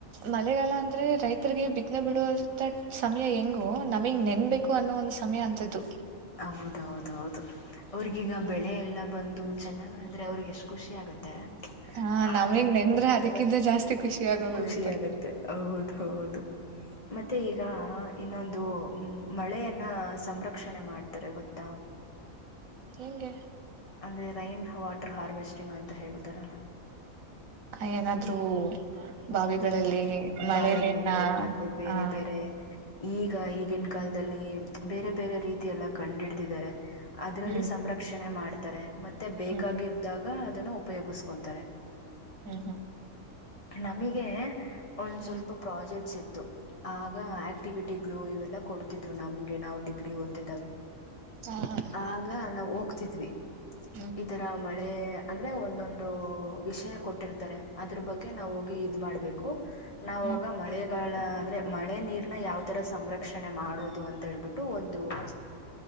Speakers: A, on the right; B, on the left.
A: ಮಲೆಗಾಲ ಅಂದ್ರೆ ರೈತ್ರಿಗೆ ಬಿತ್ನೆ ಬಿಡುವಂತ ಸ. ಹೆಂಗೋ ನಮಿಗ್ ನೆನ್ಬೇಕು ಅನ್ನೋ ಒಂದು ಸಮಯ ಅಂತದ್ದು.
B: ಹೌದೌದೌದು ಅವ್ರಗೀಗ ಬೆಳೆ ಎಲ್ಲ ಬಂದು ಚೆನ್ನಾಗಾದ್ರೆ ಅವ್ರಿಗೆ. ಎಷ್ಟ್ ಖುಷಿ ಆಗತ್ತೆ.
A: ಹ ನಮಗ್
B: ಆ ತರ
A: ನೆಂದ್ರೆ
B: ನಮುಗ್ ಮಳೆ
A: ಅದಕ್ಕಿಂತ ಜಾಸ್ತಿ ಖುಷಿ ಆಗೋಗಿರುತ್ತೆ
B: ಖುಷಿ ಆಗತ್ತೆ ಹೌದ್ ಹೌದು. ಮತ್ತೆ ಈಗ ಇನ್ನೊಂದು ಮಳೆಯನ್ನ ಸಂರಕ್ಷಣೆ ಮಾಡ್. ತ್ತರೆ ಗೊತ್ತ.
A: ಹೆಂಗೆ
B: ಅಂದ್ರೆ ರೈನ್ ವಾಟರ್ ಹಾರ್ವೆಸ್ಟಿಂಗ್ ಅಂತ ಹೇಳ್ತಾರಲ್ಲ.
A: ಏನಾದ್ರು. ಬಾವಿಗಳಲ್ಲಿ
B: ಹ್ಮ್
A: ಮಳೆ
B: ಬಾವಿಗಳಲ್ಲಿ
A: ನೀರ್ನ
B: ಮತ್ತೆ ಬೇರೆ
A: ಹ.
B: ಬೇರೆ ಈಗ ಈಗಿನ್ ಕಾಲ್ದಲ್ಲಿ ಬೇರೆ ಬೇರೆ ರೀತಿಯಲ್ಲ ಕನ್ಡಿಡ್ದಿದರೆ. ಅದ್ರಲ್ಲಿ
A: ಹ್ಮ್
B: ಸಂರಕ್ಷಣೆ ಮಾಡ್ತಾರೆ ಮತ್ತೆ ಬೇಕಾಗಿದ್ದಾಗ.
A: ಹ್ಮ್
B: ಹಾ ಅದನ್ನ ಉಪಯೋಗಿಸ್ಕೊತಾರೆ
A: ಹ್ಮ್ ಹ್ಮ್
B: ನಮಗೆ ಒಂದ್
A: ಹ್ಮ್
B: ಸ್ವಲ್ಪ ಪ್ರಾಜೆಕ್ಟ್ಸ್ ಇತ್ತು ಆಗ ಆಕ್ಟಿವಿಟಿಗಳು ಇವೆಲ್ಲಾ ಕೊಡ್ತಿದ್ರು ನಮ್ಗೆ ನಾವು ಡಿಗ್ರಿ ಓದ್
A: ಹ ಹ
B: ಆಗ ನಾವು ಹೋಗ್ತಿದ್ವಿ
A: ಹ್ಮ್
B: ಈ ತರಾ ಮಳೆ ಅಂದ್ರೆ ಒಂದೊಂದು ವಿಷಯ ಕೊಟ್ಟಿರ್ತಾರೆ ಅದ್ರ ಬಗ್ಗೆ ನಾವು ಹೋಗಿ ಮಾಡ್ಬೇಕು ನಾವಾಗ
A: ಹ್ಮ್
B: ಮಳೆ ಗಳ ಅಂದ್ರೆ ಮಳೆ ನೀರನ್ನ ಯಾವ್ ತರ ಸಂರಕ್ಷಣೆ ಮಾಡೋದು ಅಂತ ಹೇಳ್ಬಿ ಒಂದು ಅ